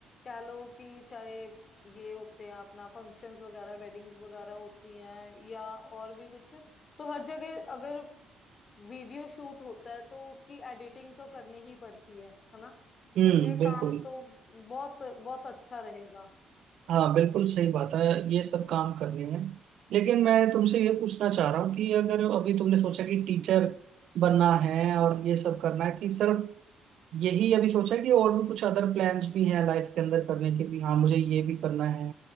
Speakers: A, on the left (about 45°); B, on the right (about 75°).
A: कह लो कि चाहे ये होते हैं अपना फंक्शंस वगैरह वेडिंग्स वगैरह होती हैं या और भी कुछ तो हर जगह अगर वीडियो शूट होता है तो उसकी एडिटिंग तो करनी ही पड़ती है है ना
B: हम्म
A: तो ये
B: बिल्कुल
A: काम तो बहुत बहुत अच्छा रहेगा
B: हाँ बिल्कुल सही बात है ये सब काम करने हैं लेकिन मैं तुमसे ये पूछना चाह रहा हूँ कि अगर अभी तुमने सोचा कि टीचर बनना है और ये सब करना है कि सिर्फ यही अभी सोचा है कि और भी कुछ अदर प्लान्स भी हैं लाइफ के अंदर करने के भी हाँ मुझे ये भी करना है